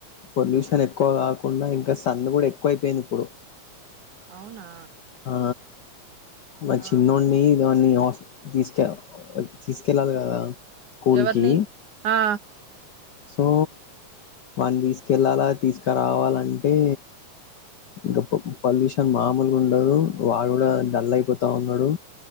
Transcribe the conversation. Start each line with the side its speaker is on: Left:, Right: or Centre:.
Left: పొల్యూషన్ ఎక్కువ కున్నా ఇంకా సన్ను కూడా ఎక్కువైపోయింది ఇప్పుడు
Right: అవునా
Left: ఆ మరి చిన్నోడి
Right: ఆహా
Left: దన్ని తీసుకె తీసుకెళ్ళాలి కదా స్కూల్
Right: ఎవరిని
Left: కి
Right: ఆ
Left: సో వాని తీసుకెళ్ళాలా తీసుకురావాలంటే ఇంకా పొల్యూషన్ మామూలుగా ఉండదు వాడు కూడా డల్ అయిపోతా ఉన్నాడు